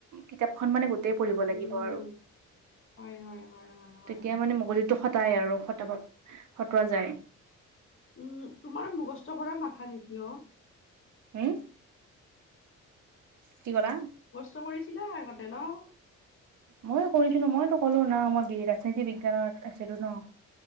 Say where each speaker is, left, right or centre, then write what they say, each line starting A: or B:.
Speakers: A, on the right; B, on the left.
A: কিতাপখন মানে গোটেই পঢ়িব লাগিব
B: উম উম উম
A: আৰু
B: হয় হয় হয় হয় হয়
A: তেতিয়া
B: হয়
A: মানে মগজুটো খটাই আৰু খটাব খটোৱা যায়।
B: উম, তোমাৰ মুখস্থ কৰাৰ মাথা নেকি অহ।
A: হম, কি কলা।
B: কষ্ট কৰিছিলা আগতে নহ।
A: ময়ো কৰিছিলো। মইতো ক'লো নহ। মই বিএ ৰাজনীতি বিজ্ঞানত আছিলো নহ।